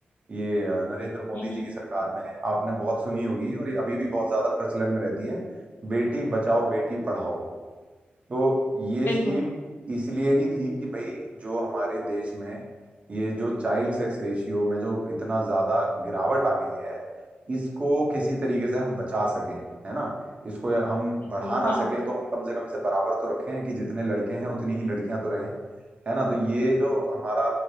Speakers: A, on the right; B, on the left.
A: ये अ, नरेंद्र मोदी
B: हम्म
A: जी
B: हम्म,
A: की सरकार में आपने बहुत सुनी होगी और ये अभी भी बहुत ज्यादा प्रचलन में रहती है बेटी बचाओ बेटी पढ़ाओ तो ये
B: बिल्कुल
A: स्कीम इसलिए ही थी कि भाई जो हमारे देश में ये जो चाइल्ड सेक्स रेशियो में जो इतना ज्यादा गिरावट आ गई है इसको किसी तरीके से हम बचा सकें है ना इसको या- हम
B: बिल्कुल
A: बढ़ा ना
B: हाँ
A: सकें
B: हाँ हाँ।
A: तो हम कम से कम इसे बराबर तो रखें कि जितने लड़के हैं उतनी ही लड़कियां तो रहें है ना तो ये जो हमारा